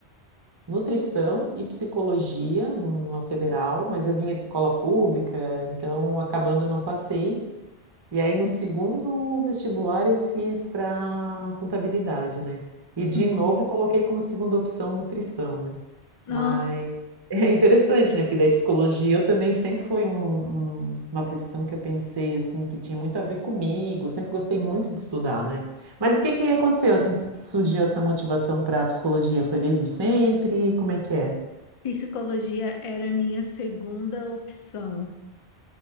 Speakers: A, on the right; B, on the left.
A: nutrição e psicologia numa federal, mas eu vinha de escola pública, então acabando eu não passei. E aí no
B: uhum,
A: segundo vestibular eu fiz para contabilidade, né? E de
B: uhum.
A: novo coloquei como segunda opção nutrição, né?
B: Não,
A: Mas <laughs> é interessante, né? Porque daí psicologia eu também sempre foi um- um- uma profissão que eu pensei assim que tinha muito a ver comigo. Eu sempre gostei muito de estudar, né? Mas o que que aconteceu assim que surgiu essa motivação para a psicologia? Foi desde sempre? Como é que é?
B: psicologia era a minha segunda opção.